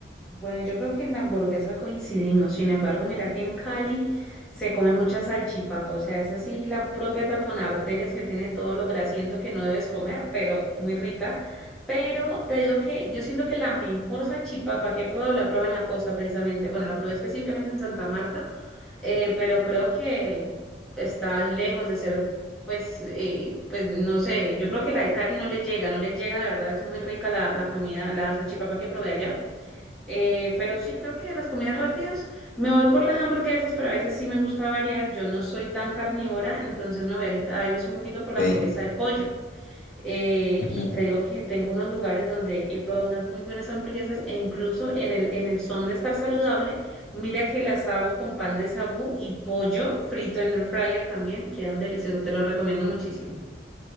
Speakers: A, in the centre; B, on the left (about 45°).
A: Bueno, yo creo que en la hamburguesa coincidimos. Sin embargo, mira que en Cali se come mucha salchipapa. O sea, es así la propia tapón arterias que tiene todo lo grasiento que no debes comer, pero muy rica. Pero te digo que yo siento que la mejor salchipapa que he probado la probé en la costa precisamente. Bueno, la probé específicamente en Santa Marta, eh, pero creo que está lejos de ser pues, eh, pues no sé, yo creo que la de Cali no le llega, no le llega, de verdad es muy rica la, la comida, la salchipapa que probé allá. Eh, pero sí creo que de las comidas rápidas me voy por las hamburguesas, pero a veces sí me gusta variar. Yo no soy tan carnívora, entonces me voy ahorita- a veces un poquito por la
B: te
A: hamburguesa
B: di.
A: de pollo. Eh,
B: Ujú.
A: y te digo que tengo unos lugares donde he probado unas muy buenas hamburguesas e incluso en el, en el son de estar saludable, mira que las hago con pan de sagú y pollo frito en el fryer también, quedan deliciosos, te lo recomiendo muchísimo.